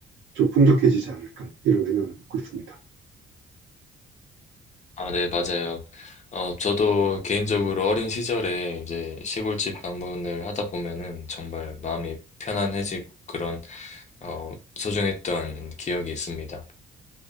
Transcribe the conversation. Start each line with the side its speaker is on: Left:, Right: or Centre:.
Right: 좀 풍족해지지 않을까 이런 생각을 갖고 있습니다.
Left: 아, 네, 맞아요. 어, 저도 개인적으로 어린 시절에 이제 시골집 방문을 하다 보면은 정말 마음이 편안해지고 그런, 어, 소중했던 기억이 있습니다.